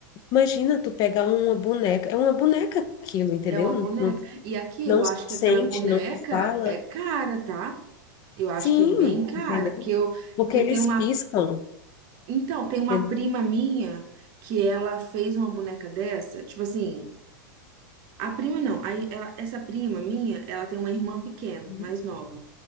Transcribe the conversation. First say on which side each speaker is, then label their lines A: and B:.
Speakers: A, on the left; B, on the right.
A: imagina tu pegar uma boneca, é uma boneca aquilo, entendeu?
B: É uma
A: Não,
B: boneca.
A: não
B: E aqui
A: não
B: eu acho que
A: sente,
B: aquela boneca
A: não fala,
B: é cara, tá? Eu acho
A: Sim,
B: que é bem cara,
A: entendeu?
B: porque eu,
A: Porque
B: porque
A: eles
B: tem uma,
A: piscam,
B: então, tem uma
A: entendeu?
B: prima minha que ela fez uma boneca dessa, tipo assim, a prima não, aí ela- essa prima minha, ela tem uma irmã pequena,
A: Hum,
B: mais nova.